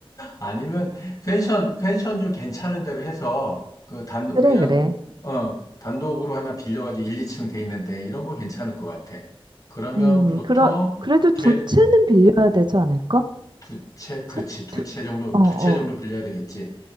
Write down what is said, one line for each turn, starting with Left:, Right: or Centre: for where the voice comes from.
Left: 아니면 펜션 펜션 좀 괜찮은 데로 해서 그 단
Right: 그래,
Left: 그냥
Right: 그래.
Left: 어, 단독으로 하나 빌려가지고 1, 2층 돼 있는데 이런 거 괜찮을 것 같아. 그러면
Right: 음,
Left: 보통
Right: 그러, 그래도
Left: 걔
Right: 두 채는 빌려야 되지 않을까?
Left: 두 채, 그치.
Right: 채,
Left: 두
Right: 두,
Left: 채 정도,
Right: 어,
Left: 두
Right: 어,
Left: 채 정도 빌려야 되겠지.